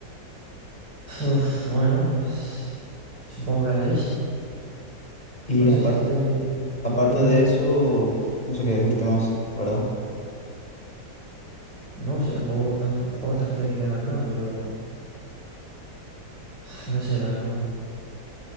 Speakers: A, on the right; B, on the left.
A: Uf, bueno, pues supongo que haré eso.
B: Y
A: No
B: apar-
A: sé, es que estoy...
B: aparte
A: ¿Qué dime?
B: de eso,
A: dime.
B: no sé qué decirte más, la verdad.
A: No, sí tampoco, tampoco, tampoco hace falta que te hagan nada, pero pf, no sé, la verdad.